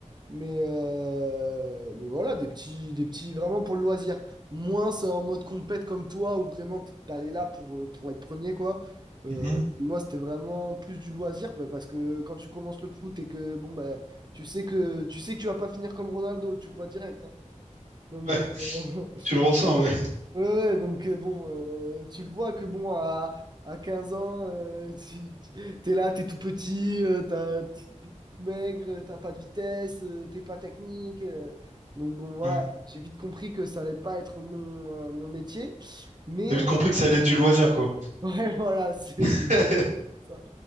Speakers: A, on the right; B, on the right.
A: Mais, euh, mais voilà, des petits, des petits vraiment pour le loisir. Moins c'est en mode compète comme toi, où vraiment t'es allé là pour, euh, pour être premier, quoi. Euh,
B: Mhm.
A: moi, c'était vraiment plus du loisir, bah, parce que quand tu commences le foot et que bon bah tu sais que tu sais que tu vas pas finir comme Ronaldo, tu le vois direct. hein. Donc,
B: Ouais,
A: euh, <laughs> ouais,
B: tu le ressens, ouais.
A: ouais, donc euh, bon, euh, tu le vois que bon à, à 15 ans, euh, tu, tu- t'es là, t'es tout petit, euh, t'as, maigre, euh, t'as pas de vitesse, euh, t'es pas technique. euh. donc bon, voilà,
B: Ouais.
A: j'ai vite compris que ça allait pas être mon, euh, mon métier. Mais
B: T'as vite compris que ça allait être du loisir, quoi.
A: <laughs> ouais, voilà, c'est
B: <laughs>
A: ça.